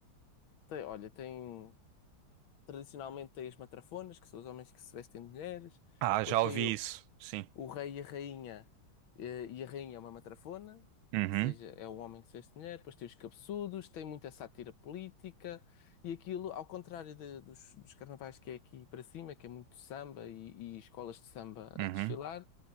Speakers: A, on the left; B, on the right.
A: tem, olha, tem tradicionalmente tem as matrafonas, que são os homens que se vestem de mulheres,
B: Ah,
A: depois
B: já
A: tem
B: ouvi
A: o-
B: isso, sim.
A: o rei e a rainha, eh, e a rainha é uma matrafona,
B: Uhum,
A: ou seja, é um homem que se veste de mulher, depois tem os cabeçudos, tem muita sátira política, e aquilo, ao contrário de- dos, dos carnavais que é aqui para cima, que é muito samba e, e escolas de samba
B: uhum.
A: a desfilar,